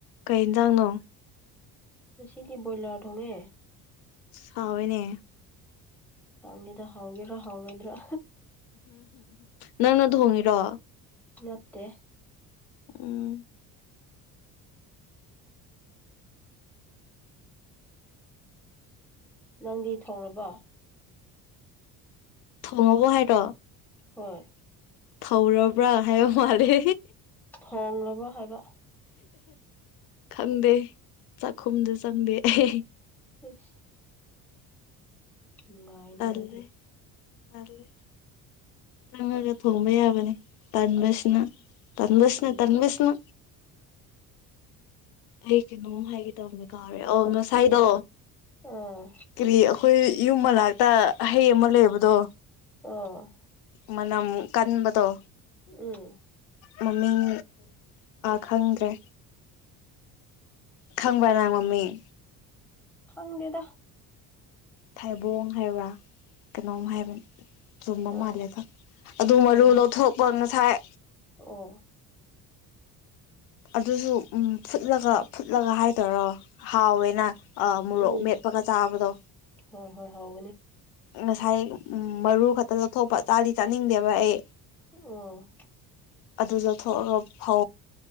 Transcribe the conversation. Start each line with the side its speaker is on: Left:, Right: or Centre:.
Left: ꯀꯩ ꯏꯟꯖꯥꯡꯅꯣ
Centre: ꯁꯤꯗꯤ ꯕꯣꯏꯂꯔ ꯊ ꯍꯣꯒꯦ
Left: ꯆꯥꯎꯋꯅꯦ
Centre: ꯍꯪꯅꯤꯗ ꯍꯥꯎꯒꯦꯔ ꯍꯥꯎꯔꯣꯏꯗ꯭ꯔꯥ
Left: ꯅꯪꯅ ꯊꯣꯡꯉꯤꯔꯣ
Centre: ꯅꯠꯇꯦ
Left: ꯎꯝ
Centre: ꯅꯪꯗꯤ ꯊꯧꯔꯕꯣ
Left: ꯊꯣꯡ ꯉꯕꯣ ꯍꯥꯏꯔꯣ
Centre: ꯍꯣꯏ
Left: ꯊꯧꯔꯔ ꯄ ꯑꯥꯏ ꯃꯔꯦ
Centre: ꯊꯣꯡꯂꯕ ꯍꯥꯏꯕ
Left: ꯈꯪꯗꯦ ꯆꯥꯛꯈꯨꯝꯗꯨ ꯆꯪꯗꯦ ꯑꯩ
Centre: ꯏꯁ ꯅꯨꯡꯉꯥꯏꯅꯦ
Left: ꯇꯜꯂꯦ
Centre: ꯑꯗꯨꯗꯤ
Left: ꯇꯜꯂꯦ ꯆꯪꯉꯒ ꯊꯣꯡꯕ ꯌꯥꯕꯅꯤ ꯇꯟꯕꯁꯤꯅ ꯇꯟꯕꯤꯁꯅ
Centre: ꯎꯝ
Left: ꯇꯟꯕꯤꯁꯅ ꯑꯩ ꯀꯩꯅꯣ ꯍꯥꯏꯒꯦ ꯇꯕꯅꯦ ꯀꯥꯎꯔꯦ ꯑ ꯉꯁꯥꯏꯗꯣ
Centre: ꯑꯥ
Left: ꯀꯔꯤ ꯑꯩꯈꯣꯏ ꯌꯨꯝ ꯃꯅꯥꯛꯇ ꯍꯍꯩ ꯑꯃ ꯂꯩꯕꯗꯣ
Centre: ꯑꯣ
Left: ꯃꯅꯨꯛ ꯀꯟꯕꯗꯣ
Centre: ꯎꯝ
Left: ꯃꯃꯤꯡ ꯈꯪꯗ꯭ꯔꯦ ꯈꯪꯕꯅꯥꯡ ꯃꯃꯤꯡ
Centre: ꯍꯪꯦꯗ
Left: ꯊꯩꯕꯣꯡ ꯍꯥꯏꯕ꯭ꯔꯥ ꯀꯩꯅꯣꯝ ꯍꯥꯏꯕꯅꯤ ꯆꯨꯝꯕ
Centre: ꯑꯣ
Left: ꯃꯥꯜꯂꯦ ꯊ ꯑꯗꯨ
Centre: ꯑꯣ
Left: ꯃꯔꯨ ꯂꯧꯊꯣꯛꯄ ꯉꯁꯥꯏ
Centre: ꯑꯣ
Left: ꯑꯗꯨꯁꯨ ꯎ ꯐꯨꯠꯂꯒ ꯐꯨꯠꯂꯒ ꯍꯥꯏꯗꯧꯔꯣ ꯍꯥꯎꯋꯦꯅ ꯃꯣꯔꯣꯛ
Centre: ꯎꯝ
Left: ꯃꯦꯠꯄꯒ ꯆꯥꯕꯗꯣ
Centre: ꯍꯣꯏ ꯍꯣꯏ ꯍꯧꯒꯅꯤ
Left: ꯉꯁꯥꯏ ꯃꯔꯨ ꯈꯛꯇ ꯂꯧꯊꯣꯛꯄ ꯆꯥꯗꯤ ꯆꯥꯅꯤꯡꯗꯦꯕ ꯑꯩ
Centre: ꯎꯝ
Left: ꯑꯗꯨ ꯂꯧꯊꯣꯛꯑꯒ ꯐ